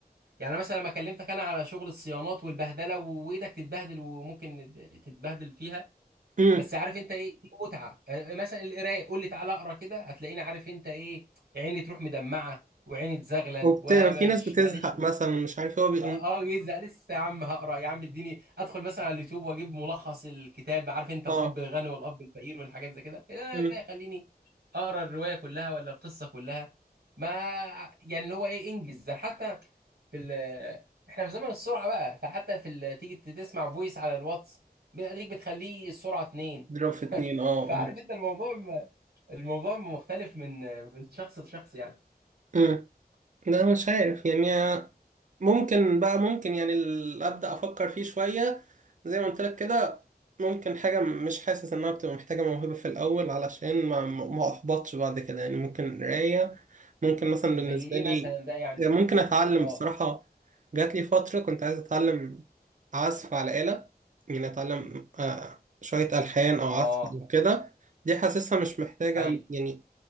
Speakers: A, on the right; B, on the right.
A: يعني مثلا لما كلمتك انا على شغل الصيانات والبهدلة وايدك تتبهدل وممكن تتبهدل فيها
B: امم
A: بس عارف انت ايه دي متعه آه، مثلا القرايه قول لي تعالى اقرا كده هتلاقيني عارف انت ايه عيني تروح مدمعه وعيني تزغلل
B: وبت...
A: ومش
B: في ناس بتزهق
A: ماليش
B: مثلا مش عارف هو بي...
A: اه آه، يزهق لسه يا عم هقرا يا عم اديني ادخل مثلا على اليوتيوب واجيب ملخص الكتاب عارف انت
B: اه
A: الاب الغني والاب الفقير والحاجات زي كده لا
B: امم
A: لا يخليني اقرا الروايه كلها ولا القصه كلها ما يعني اللي هو ايه انجز ده حتى في ال احنا في زمن السرعه بقى فحتى في ال... تيجي تسمع فويس على الواتس بيديك بتخليه السرعه اتنين
B: ضرب في اتنين
A: <laughs>
B: اه
A: فعارف
B: اه
A: انت الموضوع م- الموضوع مختلف من من شخص لشخص يعني
B: امم لا مش عارف يعني ممكن بقى ممكن يعني ال- ابدا افكر فيه شويه زي ما قلت لك كده ممكن حاجه مش حاسس انها بتبقى محتاجه موهبه في الاول علشان ما ما احبطش بعد كده يعني ممكن قرايه ممكن مثلا
A: زي
B: بالنسبه
A: ايه
B: لي
A: مثلا ده يعني
B: ممكن اتعلم
A: اه
B: بصراحه جات لي فتره كنت عايز اتعلم عزف على آلة يعني اتعلم آه، شويه الحان او
A: اه
B: عزف وكده دي حاسسها مش محتاجه
A: ايوه
B: يعني